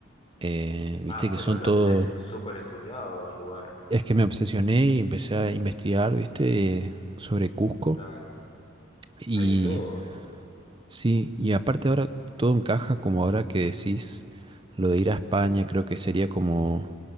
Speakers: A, on the right (about 25°); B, on the left (about 30°).
A: eh, viste
B: Ah,
A: que
B: pero
A: son
B: lo
A: todos...
B: tenés súper estudiado al lugar.
A: Es que me obsesioné y empecé a investigar, viste, eh, sobre Cusco.
B: Claro.
A: Y
B: Hay de todo.
A: sí, y aparte ahora todo encaja como ahora que decís lo de ir a España, creo que sería como